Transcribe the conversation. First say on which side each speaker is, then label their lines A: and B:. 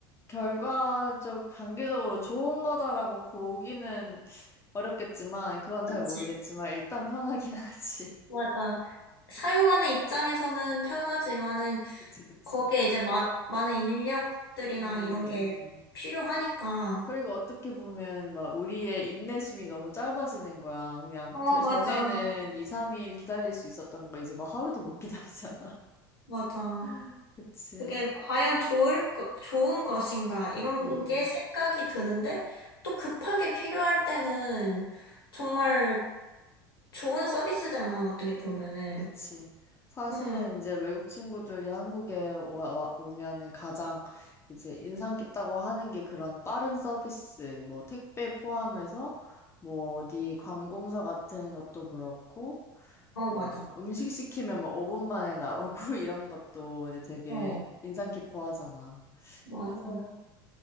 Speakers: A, on the left; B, on the left.
A: 결과적, 단기적으로 좋은 거다라고 보기는 어렵겠지만, 그건
B: 그치?
A: 잘 모르겠지만, 일단 편하긴 <laughs> 하지.
B: 맞아.
A: 그치,
B: 사용하는 입장에서는 편하지만은
A: 그치, 그치.
B: 거기에 이제 마, 많은 인력들이나
A: 음,
B: 이런 게
A: 음.
B: 필요하니까.
A: 그리고 어떻게 보면, 막, 우리의 인내심이 너무 짧아지는 거야. 그냥,
B: 어,
A: 저,
B: 맞아.
A: 전에는 2, 3일 기다릴 수 있었던 거, 이제 막 하루도 못 기다리잖아.
B: 맞아.
A: <laughs> 그치.
B: 그게 과연 좋을, 거- 좋은 것인가, 이런
A: 음.
B: 게 생각이 드는데, 또 급하게 필요할 때는 정말 좋은 서비스잖아, 어떻게 보면은.
A: 그치. 사실은
B: 응,
A: 이제 외국 친구들이 한국에 오, 와- 오면은 가장 이제 인상 깊다고 하는 게 그런 빠른 서비스, 뭐 택배 포함해서 뭐 어디 관공서 같은 것도 그렇고,
B: 어,
A: 음,
B: 맞아.
A: 음식 시키면 뭐 5분 만에 나오고 <laughs> 이런 것도 이제 되게
B: 어,
A: 인상 깊어 하잖아.
B: 맞아.
A: 그래서